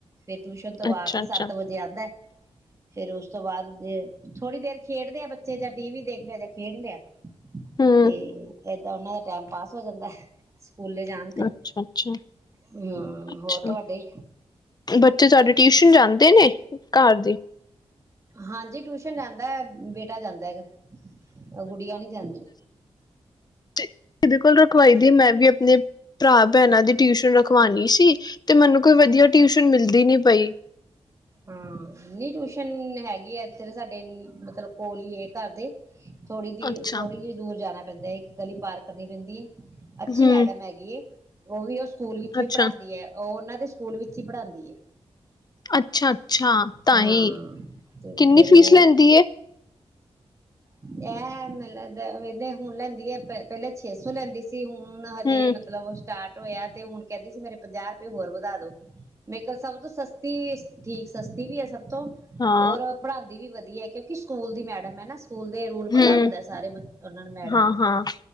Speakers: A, on the right; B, on the left.
A: ਫੇਰ ਤੋਂ
B: ਅੱਛਾ
A: ਆ ਕੇ ਸੱਤ
B: ਅੱਛਾ
A: ਵਜੇ ਆਉਂਦਾ ਹੈ। ਫੇਰ ਉਸ ਤੋਂ ਬਾਅਦ ਜੇ ਥੋੜ੍ਹੀ ਦੇਰ ਖੇਡਦੇ ਆ ਬੱਚੇ ਜਾਂ ਟੀ ਵੀ ਦੇਖ ਲਿਆ ਜਾਂ ਖੇਡ ਲਿਆ।
B: ਹੂੰ
A: ਤੇ ਏਦਾਂ ਉਹਨਾਂ ਦਾ। ਟਾਈਮ ਪਾਸ ਹੋ ਜਾਂਦਾ ਹੈ? ਸਕੂਲੇ ਜਾਣ ਤੇ
B: ਅੱਛਾ ਅੱਛਾ
A: ਹੂੰ
B: ਅੱਛਾ
A: ਹੋਰ ਤੁਹਾਡੇ?
B: ਬੱਚੇ ਤੁਹਾਡੇ ਟਿਊਸ਼ਨ ਜਾਂਦੇ ਨੇ ਘਰ ਦੇ?
A: ਹਾਂਜੀ ਟਿਊਸ਼ਨ ਜਾਂਦਾ ਹੈ ਬੇਟਾ ਜਾਂਦਾ ਗਾ। ਇਹ ਗੁਡੀਆਂ ਨਹੀਂ ਜਾਂਦੀ।
B: ਕਿਹਦੀ ਕੋਲ ਰਖਵਾਈ ਦੀ ਮੈਂ ਵੀ ਆਪਣੇ ਭਰਾ ਭੈਣਾਂ ਦੀ ਟਿਊਸ਼ਨ ਰਖਵਾਣੀ ਸੀ ਤੇ ਮੈਨੂੰ ਕੋਈ ਵਧੀਆ ਟਿਊਸ਼ਨ ਮਿਲਦੀ ਨੀ ਪਈ?
A: ਹੂੰ ਨਹੀ ਟਿਊਸ਼ਨ ਹੈਗੀ ਆ ਇੱਧਰ ਸਾਡੇ ਮਤਲਬ ਕੋਲ ਹੀ ਹੈ ਘਰ ਦੇ? ਥੋੜ੍ਹੀ
B: ਅੱਛਾ
A: ਥੋੜ੍ਹੀ ਜਿਹੀ ਦੂਰ ਜਾਣਾ ਪੈਂਦਾ ਹੈ ਇੱਕ ਗਲੀ ਪਾਰ। ਕਰਨੀ ਪੈਂਦੀ ਹੈ। ਅੱਛੀ
B: ਹੂੰ
A: ਮੈਡਮ ਹੈਗੀ ਹੈ। ਉਹ ਵੀ ਉਸ? ਸਕੂਲ ਵਿੱਚ ਵੀ
B: ਅੱਛਾ
A: ਪੜ੍ਹਾਉਂਦੀ ਹੈ ਉਹ ਉਹਨਾਂ ਨੂੰ। ਉਹਨਾਂ ਦੇ ਸਕੂਲ ਵਿੱਚ ਹੀ ਪੜ੍ਹਾਂਦੀ ਹੈ?
B: ਅੱਛਾ। ਅੱਛਾ ਅੱਛਾ ਤਾਂ
A: ਹਾਂ
B: ਹੀ
A: ਤੇ
B: ਕਿੰਨੀ
A: ਫੇਰ
B: ਫੀਸ
A: ਉਹ
B: ਲੈਂਦੀ ਹੈ?
A: ਇਹ ਮੈਨੂੰ ਲੱਗਦਾ ਹੁਣ ਲੈਂਦੀ ਹੈ ਪਹਿਲਾਂ ਛੇ ਸੌ ਲੈਂਦੀ ਸੀ ਹੁਣ? ਹੁਣ ਹਜੇ
B: ਹੂੰ
A: ਮਤਲਬ। ਸਟਾਰਟ ਹੋਇਆ ਤੇ ਹੁਣ ਕਹਿੰਦੇ ਸੀ ਮੇਰੇ ਪੰਜਾਹ ਰੁਪਏ ਹੋਰ ਵਧਾ ਦੋ? ਮੇਕਲ ਸਭ ਤੋਂ ਸਸਤੀ? ਠੀਕ ਸਸਤੀ ਵੀ ਹੈ ਸਭ। ਤੋਂ
B: ਹਾਂ।
A: ਔਰ ਪੜ੍ਹਾਉਦੀ ਵੀ ਵਧੀਆ। ਦੀ ਹੈ ਕਿਉਂਕਿ ਸਕੂਲ ਦੀ ਮੈਡਮ ਹੈ ਨਾ। ਰੂਲ ਪਤਾ
B: ਹੂੰ
A: ਹੁੰਦਾ ਸਾਰੇ ਉਹਨਾਂ ਨੂੰ ਮੈਡਮਾਂ
B: ਹਾਂ
A: ਨੂੰ
B: ਹਾਂ